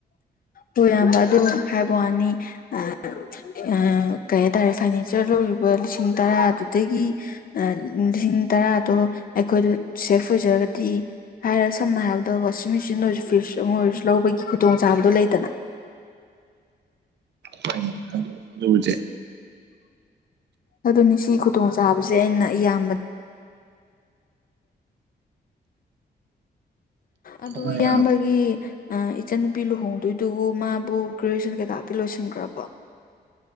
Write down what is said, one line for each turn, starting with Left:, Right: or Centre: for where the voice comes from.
Left: ꯍꯣꯏ ꯏꯌꯥꯝꯕ ꯑꯗꯨ ꯍꯥꯏꯕ ꯋꯥꯅꯤ ꯑ ꯑ ꯀꯩ ꯍꯥꯏꯇꯥꯔꯦ ꯐꯔꯅꯤꯆꯔ ꯂꯧꯔꯤꯕ ꯂꯤꯁꯤꯡ ꯇꯔꯥꯗꯨꯗꯒꯤ ꯑ ꯂꯤꯁꯤꯡ ꯇꯔꯥꯗꯣ ꯑꯩꯈꯣꯏꯗ ꯁꯦꯐ ꯑꯣꯏꯖꯔꯒꯗꯤ ꯍꯥꯏꯔ ꯁꯝꯅ ꯍꯥꯏꯔꯕꯗ ꯋꯥꯁꯤꯡ ꯃꯦꯆꯤꯟ ꯑꯣꯏꯔꯁꯨ ꯐ꯭ꯔꯤꯖ ꯑꯃ ꯑꯣꯏꯔꯁꯨ ꯂꯧꯕꯒꯤ ꯈꯨꯗꯣꯡꯆꯥꯥꯕꯗꯣ ꯂꯩꯇꯅ
Right: ꯍꯣꯏꯅꯦ ꯑꯗꯨ ꯑꯗꯨꯕꯨꯗꯤ
Left: ꯑꯗꯨꯅꯦ ꯁꯤ ꯈꯨꯗꯣꯡ ꯆꯥꯕꯁꯦ ꯑꯩꯅ ꯏꯌꯥꯝꯕ ꯑꯗꯣ
Right: ꯍꯣꯏ
Left: ꯏꯌꯥꯝꯕꯒꯤ ꯏꯆꯟꯅꯨꯄꯤ ꯂꯨꯍꯣꯡꯗꯣꯏꯗꯨꯕꯨ ꯃꯥꯕꯨ ꯒ꯭ꯔꯦꯖꯨꯋꯦꯁꯟ ꯀꯩ ꯀꯥꯗꯤ ꯂꯣꯏꯁꯤꯟꯈ꯭ꯔꯕꯣ